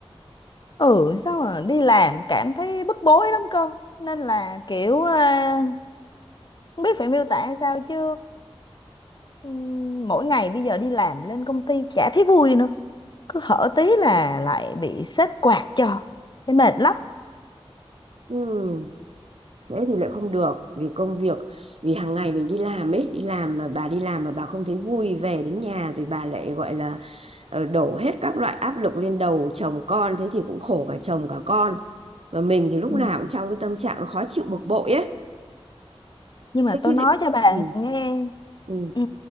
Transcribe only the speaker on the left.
Ừ, sao mà đi làm cảm thấy bức bối lắm cơ. Nên là kiểu à, không biết phải miêu tả sao chứ ừm, mỗi ngày bây giờ đi làm lên công ty chả thấy vui nữa. Cứ hở tí là lại bị sếp quạt cho. Thấy mệt lắm.
Ừ.
nhưng mà
tôi
nói
cho bạn
nghe
ừ.